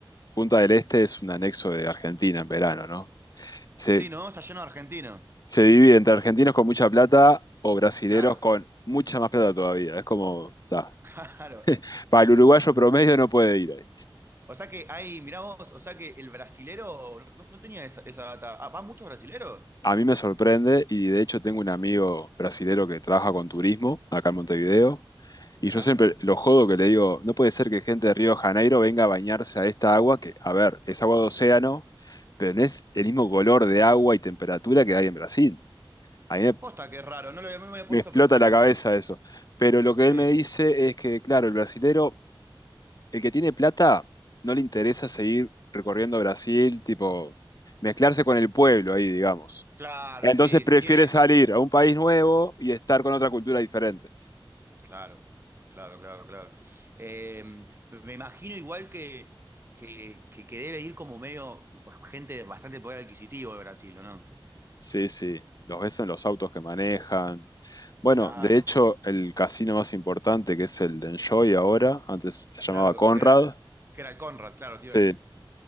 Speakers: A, on the left (about 45°); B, on the right (about 25°).
A: Punta del Este es un anexo de Argentina en verano, ¿no? Se,
B: sí, ¿no? Está lleno de argentinos.
A: se divide entre argentinos con mucha plata o brasileros
B: Claro,
A: con mucha más plata todavía. Es como, ta.
B: <laughs> claro.
A: Para el uruguayo promedio no puede ir ahí.
B: O sea que hay, mirá vos, o sea que el brasilero no, no tenía esa, esa data. Ah, ¿Van muchos brasileros?
A: A mí me sorprende y de hecho tengo un amigo brasilero que trabaja con turismo acá en Montevideo y
B: Mirá.
A: yo siempre lo jodo que le digo, no puede ser que gente de Río de Janeiro venga a bañarse a esta agua que, a ver, es agua de océano, pero no es el mismo color de agua y temperatura que hay en Brasil. A mí me
B: Posta, qué raro, no lo había- no me había
A: Me
B: puesto
A: explota
B: a pensar
A: la
B: en
A: cabeza
B: eso.
A: eso. Pero lo que
B: Sí.
A: él me dice es que, claro, el brasilero, el que tiene plata, no le interesa seguir recorriendo Brasil, tipo, mezclarse con el pueblo ahí, digamos.
B: Claro,
A: Entonces
B: sí,
A: prefiere
B: si quiere.
A: salir a un país nuevo y estar con otra cultura diferente.
B: Claro, claro, claro, claro. Eh, me imagino igual que, que, que, que debe ir como medio gente de bastante poder adquisitivo de Brasil, ¿o no?
A: Sí, sí, los ves en los autos que manejan. Bueno,
B: Claro,
A: de hecho, el casino más importante, que es el de Enjoy ahora, antes se llamaba
B: claro,
A: Conrad.
B: que era, que era el Conrad, claro, te
A: Sí,
B: iba a decir.